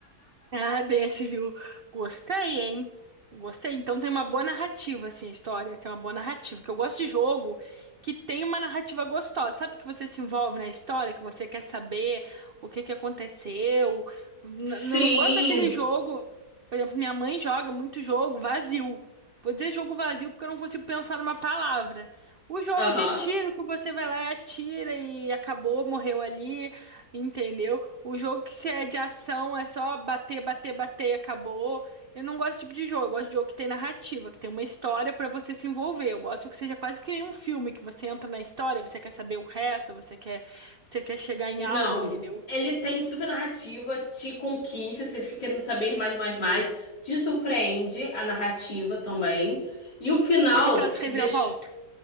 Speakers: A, on the right; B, on the left.
A: Ah, desse, viu? Gostei, hein? Gostei. Então tem uma boa narrativa, assim, a história. Tem uma boa narrativa. Que eu gosto de jogo que tem uma narrativa gostosa. Sabe que você se envolve na história, que você quer saber o que que aconteceu. N-
B: Sim.
A: n- Eu não gosto daquele jogo. Por exemplo, minha mãe joga muito jogo vazio. Vou dizer jogo vazio porque eu não consigo pensar numa palavra. O jogo
B: Aham.
A: de tiro que você vai lá e atira e acabou, morreu ali, entendeu? O jogo que se é de ação é só bater, bater, bater e acabou. Eu não gosto desse tipo de jogo. Eu gosto de jogo que tem narrativa, que tem uma história pra você se envolver. Eu gosto que seja quase que nem um filme, que você entra na história, você quer saber o resto, você quer, você quer chegar em
B: Não.
A: algo, entendeu?
B: Ele tem super narrativa, te conquista, você fica querendo saber mais, mais, mais. Te surpreende a narrativa também. E o final
A: Tem aquela reviravolta.
B: deixa...